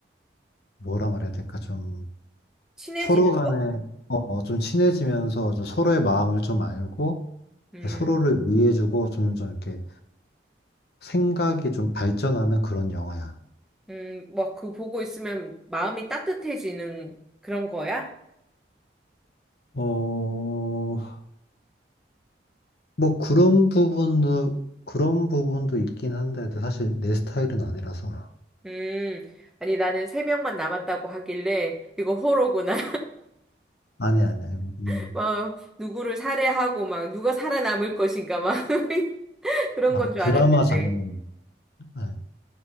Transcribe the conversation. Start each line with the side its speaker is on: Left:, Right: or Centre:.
Left: 뭐라 말해야 될까 좀
Centre: 친해지는
Left: 서로 간에
Centre: 거?
Left: 어 어, 좀 친해지면서 좀 서로의
Centre: 어,
Left: 마음을 좀 알고
Centre: 음,
Left: 서로를 위해주고 점점 이렇게 생각이 좀 발전하는 그런 영화야.
Centre: 음, 막 그 보고 있으면 마음이 따뜻해지는 그런 거야?
Left: 어 뭐 그런 부분도 그런 부분도 있긴 한데 근데 사실 내 스타일은 아니라서
Centre: 음, 아니 나는 세 명만 남았다고 하길래 이거 호러구나.
Left: 아니 아니 아니 그냥
Centre: <laughs> 막 누구를 살해하고 막 누가 살아남을 것인가 막 <laughs> 그런
Left: 아
Centre: 건 줄
Left: 드라마
Centre: 알았는데.
Left: 장르 네,